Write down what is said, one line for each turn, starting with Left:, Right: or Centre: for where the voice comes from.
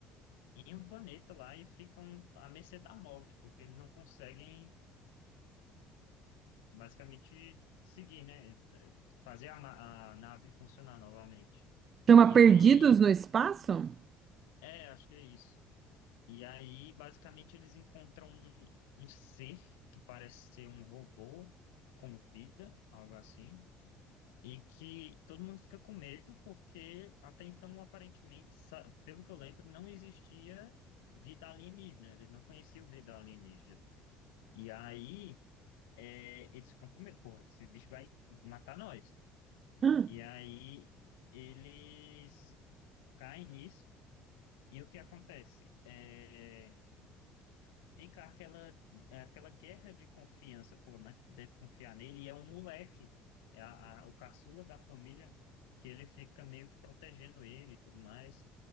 Left: em um planeta lá e ficam à mercê da morte, porque eles não conseguem basicamente seguir, né? Fazer a, ma- a nave funcionar novamente.
Right: Chama
Left: E
Right: Perdidos
Left: aí,
Right: no Espaço?
Left: é, acho que é isso. E aí, basicamente, eles encontram um, um ser que parece ser um robô com vida, algo assim, e que todo mundo fica com medo porque até então, aparentemente, sa- pelo que eu lembro, não existia vida alienígena, eles não conheciam vida alienígena. E aí, é, eles ficam com medo, porra, esse bicho vai matar nós.
Right: Ah,
Left: E aí eles caem nisso, e o que acontece? É, fica aquela, aquela guerra de confiança, pô, né? Deve confiar nele, e é um moleque, é a- a- o caçula da família, que ele fica meio que protegendo ele e tudo mais.